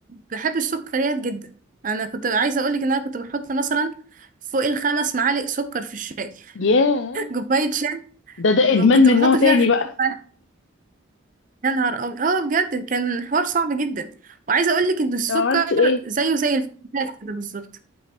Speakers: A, on the right; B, on the left.
A: بحب السكريات جدا انا كنت عايزه اقولك ان انا كنت بحط مثلا فوق الخمس معالق سكر في الشاي <laughs>
B: ياه
A: كوبايه شاي
B: ده ده ادمان
A: كنت
B: من
A: بحط
B: نوع تاني
A: فيها خمس
B: بقى
A: معالق. يا نهار ابيض اه بجد كان حوار صعب جدا وعايزه اقولك ان السكر
B: طب عملت ايه
A: زيه زي الفلفلات كده بالظبط